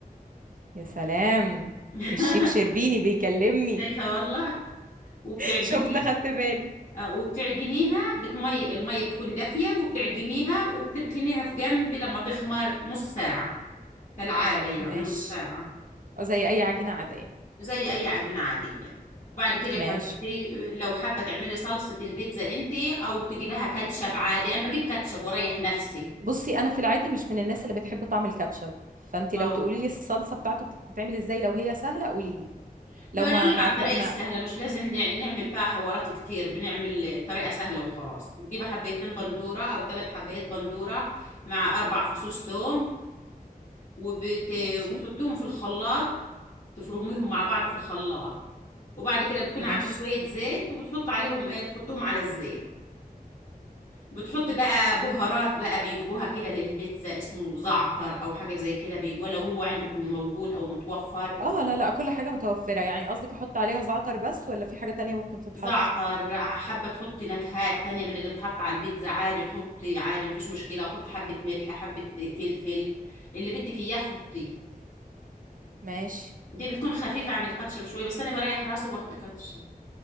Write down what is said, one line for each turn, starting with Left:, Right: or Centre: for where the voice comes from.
Right: يا سلام
Left: <laughs>
Right: الشيف شربيني بيكلمني
Left: شايفه والله وبتعجنيها
Right: <laughs> شفت خدت بالي
Left: آه، وبتعجنيها بتمي المية بتكون دافية وبتعجنيها وبتركنيها في جنب لما تخمر نص ساعة كالعادة يعني
Right: ماشي
Left: نص ساعة
Right: أو زي اي عجينة عادية
Left: زي أي عجينة عادية وبعد كده يا حبيبتي
Right: ماشي
Left: لو حابة تعملي صلصة البيتزا انت أو تجيبها كاتشب عادي أنا بجيب كاتشب وأريح نفسي
Right: بُصّي، أنا في العادي مش من الناس اللي بتحب طعم الكاتشب، فأنتِ
Left: اه
Right: لو تقولي لي الصلصة بتاعته بتتعمل إزاي لو هي سهلة قولي لي، لو
Left: هو أنا
Right: ما
Left: أقول لك
Right: ما
Left: على الطريقة
Right: ت ما
Left: السهلة مش لازم نع- نعمل فيها حوارات كتير بنعمل طريقة سهلة وخلاص بتجيبي حبيتين بندورة أو ثلاث حبايات بندورة مع أربع فصوص ثوم وبت...
Right: ماشي،
Left: وبتحطيهم في الخلاط تفرميهم مع بعض في الخلاط وبعد كده بتكون عامله
Right: ماشي.
Left: شويه زيت وبتحط عليهم ايه بتحطهم على الزيت بتحط بقى بهارات بقى بيجيبوها كده للبيتزا اسمه زعتر او حاجه زي كده بيجوا لو هو عندكم موجود او متوفر
Right: آه، لا، لأ، كل حاجة متوفّرة، يعني قصدِك أحُط عليها زعتر بس والّا في حاجة تانية ممكن تتحط؟
Left: زعتر حابه تحطي نكهات تانية من اللي بتحط على البيتزا عادي حطي عادي مفيش مشكله وحطي حبه ملح حبه فلفل اللي بدك اياه حطيه
Right: ماشي.
Left: دي بتكون خفيفه عن الكاتشب شويه بس انا بريح راسي وبحط كاتشب